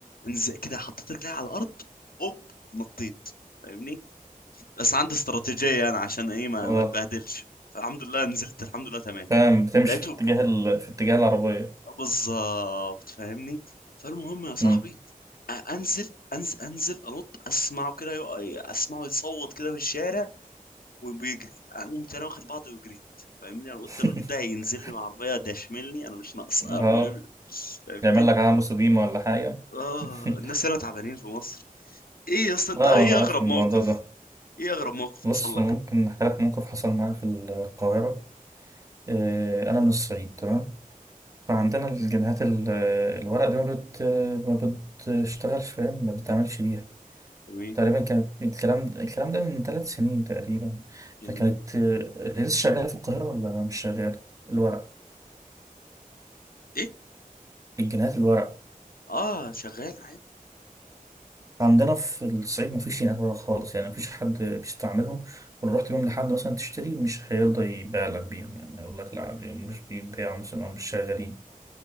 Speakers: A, on the left; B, on the right.
A: نز... كده حطيت رجلي على الارض هوب نطيت فاهمني بس عندي استراتيجيه انا عشان ايه ما
B: اه
A: ما اتبهدلش فالحمد لله نزلت الحمد لله تمام
B: فاهم بتمشي
A: لقيته
B: في اتجاه ال... في اتجاه العربية
A: بالظبط فاهمني فالمهم يا صاحبي
B: مم.
A: أ- انزل انزل انزل انط اسمعه كده يق- اسمعه يصوت كده في الشارع وبيجري اقوم تاني واخد بعضي وجريت فاهمني انا قلت
B: <laughs>
A: الراجل ده هينزل لي من عربيه ده يشملني انا مش ناقصه فاهم
B: اه
A: فاهمني
B: يعمل لك عاموس قديمة ولا حاجة
A: اه
B: <laughs>
A: الناس هنا تعبانين في مصر ايه يا اسطى انت
B: اه
A: ايه
B: وانا عارف
A: اغرب
B: الموضوع
A: موقف
B: ده
A: ايه اغرب موقف
B: بص
A: حصل لك
B: ممكن احكي لك موقف حصل معايا في القاهرة آه، انا من الصعيد تمام فعندنا الجنيهات ال- الورق دي ما بت... ما بتشتغلش فاهم ما بتتعملش بيها
A: جميل
B: تقريبا كانت الكلام ده الكلام ده من ثلاث سنين تقريبا
A: جميل
B: فكانت آه، لسه شغالة في القاهرة ولا مش شغالة الورق
A: ايه
B: الجنيهات الورق
A: اه شغال عادي
B: عندنا في الصعيد مفيش جنيهات ورق خالص يعني مفيش حد بيستعملهم ولو رحت بيهم لحد مثلا تشتري مش هيرضى يبيع لك بيهم يعني يقول لك لا دي مش بيتباعوا مثلا أو مش شغالين